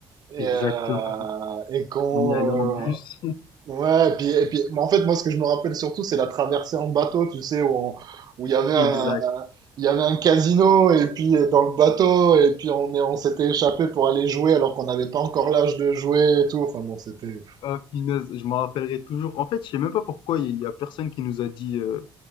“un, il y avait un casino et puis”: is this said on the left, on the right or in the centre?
Right